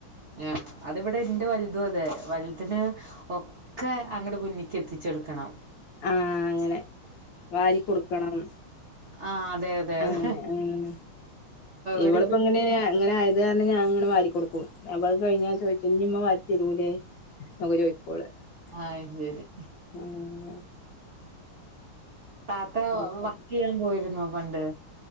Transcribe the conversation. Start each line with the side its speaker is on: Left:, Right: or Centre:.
Right: ആഹ് അതിവിടെ എന്റെ വലുതും അതെ വലുതിന് ഒ ക്കെ അങ്ങട് മുന്നിക്ക് എത്തിച്ചെടുക്കണം
Left: ആഹ് അങ്ങനെ വാരി കൊടുക്കണം
Right: ആഹ് അതെ അതെ
Left: അങ്ങനെ
Right: അതെ
Left: ഉം ഇവളിപ്പോ
Right: ഒരു
Left: അങ്ങനെ അങ്ങനെ ആയത് കാരണം ഞാൻ അങ്ങനെ വരി കൊടുക്കും അപ്പ അത് കഴിഞ്ഞാ ചോദിച്ചു ഇനിമ്മ വരി തരൂലേ <unintelligible>
Right: അയ്ശേരി
Left: ആഹ്
Right: താത്ത
Left: കൊഴപ്പല്ല
Right: വർക്കേയ്യാൻ പോയിരുന്നോ പണ്ട്